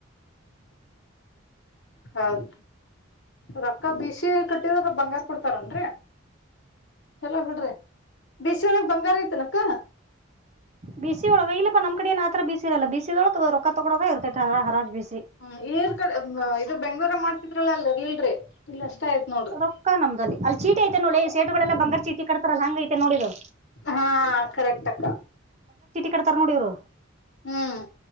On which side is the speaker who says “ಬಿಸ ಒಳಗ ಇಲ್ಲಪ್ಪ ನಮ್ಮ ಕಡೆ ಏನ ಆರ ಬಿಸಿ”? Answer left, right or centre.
Right